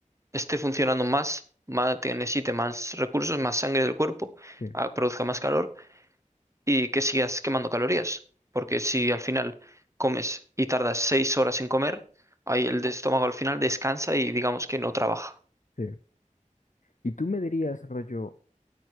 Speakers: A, on the right; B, on the left.
A: esté funcionando más, más necesite más recursos, más sangre del cuerpo,
B: Sí,
A: ah, produzca más calor y que sigas quemando calorías. Porque si al final comes y tardas seis horas en comer, ahí el estómago al final descansa y digamos que no trabaja.
B: sí. Y tú me dirías, rollo,